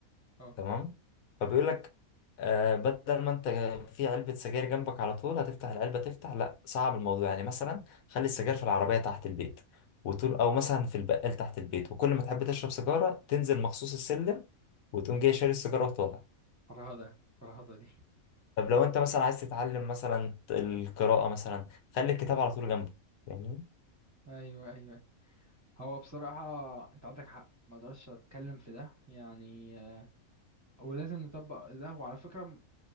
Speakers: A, on the right; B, on the left.
A: اه
B: تمام
A: تمام
B: فبيقول لك آه بدل ما انت في علبة سجاير جنبك على طول هتفتح العلبة تفتح لا صعب الموضوع يعني مثلا خلي السجاير في العربية تحت البيت وتقول او مثلا في البقال تحت البيت وكل ما تحب تشرب سيجارة تنزل مخصوص السلم وتقوم جاي شاري السيجارة وطالع
A: فرهدة فرهدة دي
B: طب لو انت مثلا عايز تتعلم مثلا القراءة مثلا خلي الكتاب على طول جنبك فاهمني
A: <laughs> ايوه ايوه ايوه هو بصراحة انت عندك حق ما اقدرش اتكلم في ده يعني آه، ولازم نطبق ده وعلى فكرة م-